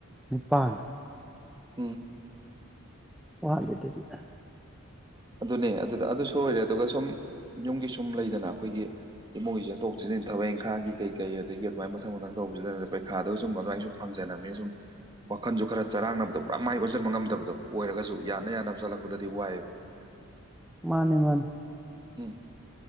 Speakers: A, in the centre; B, on the right.
A: ꯅꯤꯄꯥꯟ
B: ꯎꯝ
A: ꯋꯥꯠꯂꯤ ꯗꯨꯗꯤ
B: ꯑꯗꯨꯅꯦ ꯑꯗꯨꯗ ꯑꯗꯨꯁꯨ ꯑꯣꯏꯔꯦ ꯑꯗꯨꯒ ꯁꯨꯝ ꯌꯨꯝꯒꯤ ꯁꯨꯝ ꯂꯩꯗꯅ ꯑꯩꯈꯣꯏꯒꯤ ꯏꯃꯨꯡꯒꯤ ꯆ‌ꯦꯟꯊ‌ꯣꯛ ꯁꯤ ꯊꯕꯛ ꯏꯪꯈꯥꯡꯒꯤ ꯀꯩ ꯀꯩ ꯑꯗꯒꯤ ꯑꯗꯨꯃꯥꯏꯅ ꯃꯊꯪ ꯃꯊꯪ ꯇꯧꯕꯁꯤꯗ ꯄꯩꯈꯥꯗꯣ ꯁꯨꯝ ꯑꯗꯨꯃꯥꯏꯅ ꯁꯨꯝ ꯐꯪꯖꯅꯕꯅꯤ ꯁꯨꯝ ꯋꯥꯈꯟꯖꯨ ꯈꯔ ꯆꯔꯥꯡꯅꯕꯗꯣ ꯄꯨꯔꯥ ꯃꯥꯏ ꯑꯣꯟꯖꯤꯟꯕ ꯉꯝꯗꯕꯗꯣ ꯑꯣꯏꯔꯒꯁꯨ ꯌꯥꯅ ꯌꯥꯅꯕ ꯆꯠꯂꯛꯄꯗ ꯗꯤ ꯋꯥꯥꯏ
A: ꯃꯥꯅꯦ ꯃꯥꯅꯦ
B: ꯎꯝ